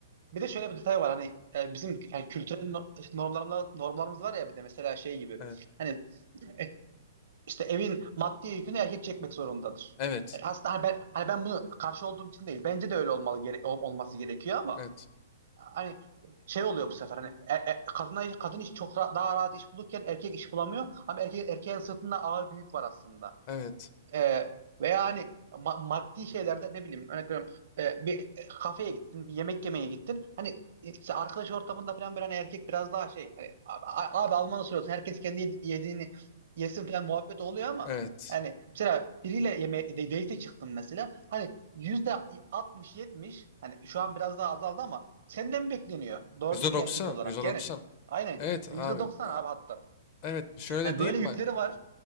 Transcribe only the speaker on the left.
Evet.
Evet.
Evet.
Evet.
Evet.
%90.
doksan. yüzde doksan.
Evet abi.
a-
Evet. Şöyle
diyeyim
bak.